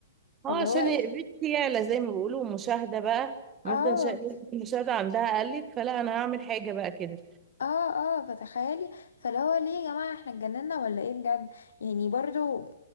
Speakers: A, on the right; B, on the left.
A: اه
B: فاللي
A: عشان
B: هو أيوة.
A: بنتي يعلى زي ما بيقولوا مشاهده بقى
B: اه
A: مثلا شا... نسبة المشاهده عندها قلت فلا انا هعمل حاجه بقى كده
B: اه اه فتخيلي فاللي هو ليه يا جماعة احنا اتجننا ولا ايه بجد يعني برضو م